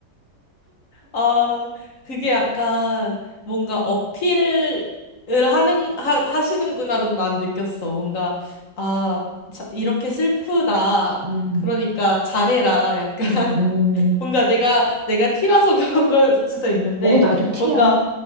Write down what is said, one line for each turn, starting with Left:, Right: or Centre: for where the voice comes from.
Left: 아, 그게 약간 뭔가 어필을 하는, 하, 하시는구나, 난 느꼈어. 뭔가, 아, 자, 이렇게 슬프다.
Right: 음,
Left: 그러니까 잘해라. 약간,
Right: 음, 음.
Left: <laughs> 뭔가 내가, 내가 티라서 <laughs> 그런 걸 수도 있는데,
Right: 어 나도 티야.
Left: 뭔가